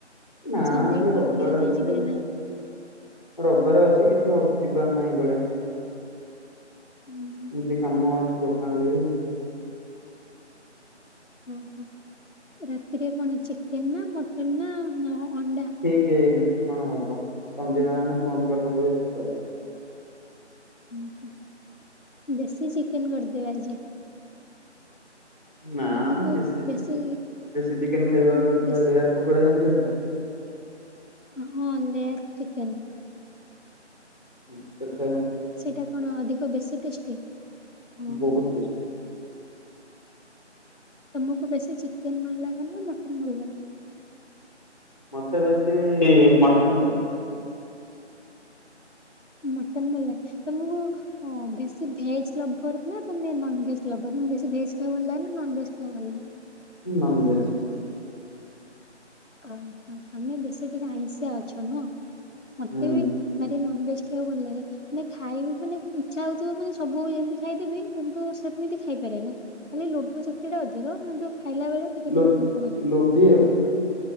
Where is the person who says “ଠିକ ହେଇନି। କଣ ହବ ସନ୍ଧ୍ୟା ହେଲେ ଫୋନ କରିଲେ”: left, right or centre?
Left